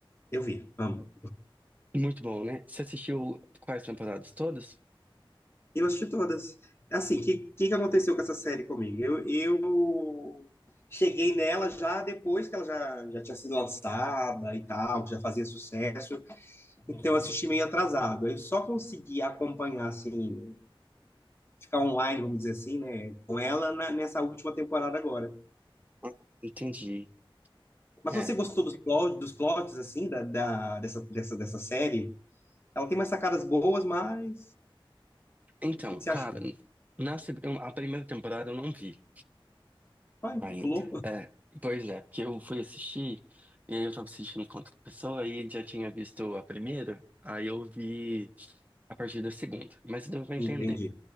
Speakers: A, on the left (about 25°); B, on the right (about 15°).
A: eu vi, amo.
B: Muito bom, né? Você assistiu quais temporadas todas?
A: Eu assisti todas. Assim, o que,
B: Sim.
A: que, que aconteceu com essa série comigo? Eu, eu cheguei nela já depois que ela já, já tinha sido lançada e tal, que já fazia sucesso. Então eu assisti meio atrasado. Eu só consegui acompanhar, assim, ficar online, vamos dizer assim, né, com ela na- nessa última temporada agora.
B: Ah, Entendi.
A: Mas
B: É.
A: você gostou dos, plot, dos plots, assim, da, da- dessa, dessa, dessa série? Ela tem umas sacadas boas, mas.
B: Então,
A: O que, que você
B: cara,
A: achou?
B: na, seg- eu- a primeira temporada eu não vi
A: Vai,
B: ainda.
A: pulou? <laughs>
B: É, pois é, porque eu fui assistir, e aí eu tava assistindo com outra pessoa, aí já tinha visto a primeira, aí eu vi a partir da segunda. Mas deu pra entender.
A: Entendi.